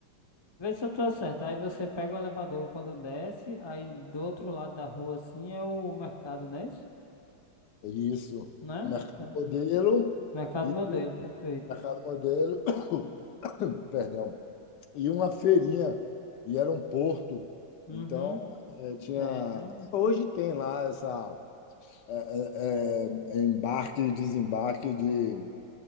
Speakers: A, on the left; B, on the left.
A: Vê se eu tô certo. Aí você pega o elevador quando desce, aí do outro lado da rua, assim, é o mercado, não é isso?
B: isso,
A: Né?
B: o mercado
A: Tá.
B: modelo
A: Mercado
B: e
A: modelo,
B: o
A: perfeito.
B: mercado modelo, <coughs> perdão, e uma feirinha e era um porto,
A: Uhum.
B: então eh, tinha
A: É, então.
B: hoje tem lá essa eh, eh, eh, embarque e desembarque de,